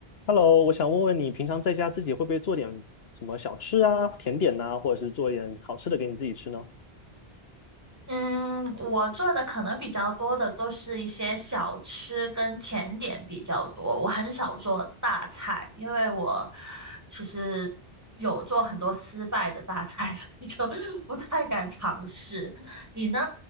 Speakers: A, on the left (about 75°); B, on the right (about 15°).
A: Hello，我想问问你，平常在家自己会不会做点什么小吃啊、甜点呐、或者是做一点好吃的给你自己吃呢？
B: 嗯，我做的可能比较多的都是一些小吃跟甜点比较多，我很少做大菜，因为我其实有做很多失败的大菜，<laughs> 所以就 <laughs> 不太敢尝试。你呢？